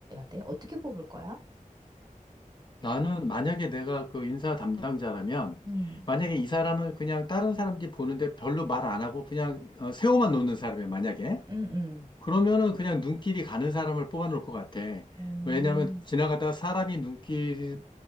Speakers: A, on the right; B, on the left.
A: 돼? 어떻게 뽑을 거야?
B: 나는 만약에 내가 그 인사 담당자라면
A: 음.
B: 만약에 이 사람을 그냥 다른 사람들이 보는데 별로 말 안 하고 그냥 어, 세워만 놓는 사람이야, 만약에.
A: 음, 음,
B: 그러면은 그냥 눈길이 가는 사람을 뽑아놓을 것 같아.
A: 음,
B: 왜냐하면 지나가다 사람이 눈길